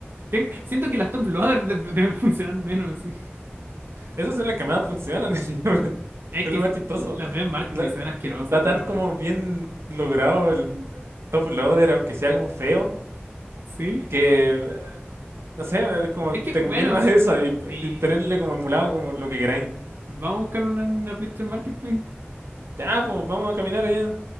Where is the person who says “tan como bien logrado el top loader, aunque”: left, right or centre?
Right